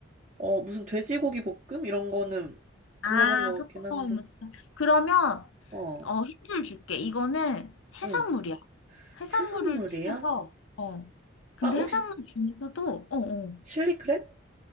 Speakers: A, on the right (about 35°); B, on the left (about 80°).
A: 어 무슨 돼지고기 볶음 이런 거는
B: 아,
A: 들어본 것
B: 팝콘무스.
A: 같긴 한데.
B: 그러면
A: 어,
B: 어 힌트를 줄게. 이거는 해산물이야.
A: 응.
B: 해산물을
A: 해산물이야?
B: 튀겨서 어. 근데
A: 아, 혹시
B: 해산물 중에서도 어어
A: 칠리 크랩?